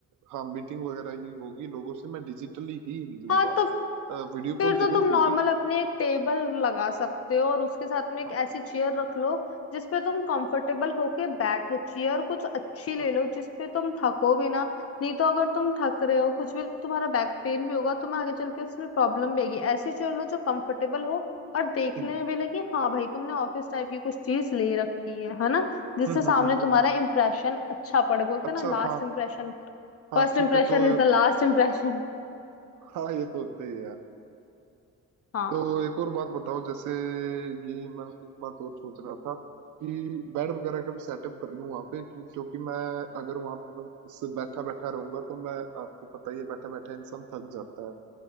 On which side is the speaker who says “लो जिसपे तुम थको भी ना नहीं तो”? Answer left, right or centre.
Left